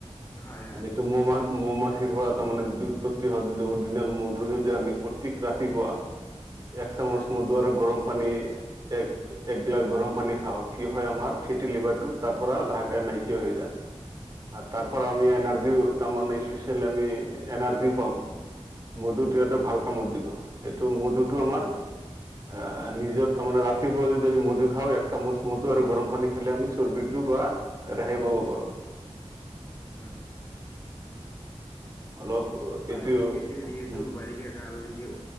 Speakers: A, on the left; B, on the right.
A: হয় হয়
B: এটো মোৰ মানে মৌ মাখিৰ পৰা তাৰমানে যদি উৎপত্তি হয় য অৰিজিনেল মধু যদি আমি প্ৰত্যেক ৰাতিপুৱা এক চামচ
A: হয়
B: মধু আৰু গৰম পানী এক এক গিলাচ গৰম পানী খাওঁ, কি হয় আমাৰ ফেটি লিভাৰটো তাৰ পৰা লাহে লাহে নাইকিয়া হৈ যায়। আৰু তাৰ
A: অ
B: পৰা আমি এনাৰ্জিও তাৰমানে স্পেচিয়েলি আমি এনাৰ্জিও পাম। মধুটো
A: উম
B: এটো ভাল কামত দিব, এইেটো মধুটো আমাৰ আহ নিজৰ তাৰমানে ৰাতিপুৱা যদি আমি মধু খাওঁ, এক চামুচ মধু আৰু গৰম পানী খালে আমি চৰ্বিটোৰ পৰা ৰেহাই পাব পাৰো।
A: হয়।
B: অলপ এইটো
A: আৰু এতিয়া যিহেতু
B: উম
A: বাৰিষা কাল। কিয়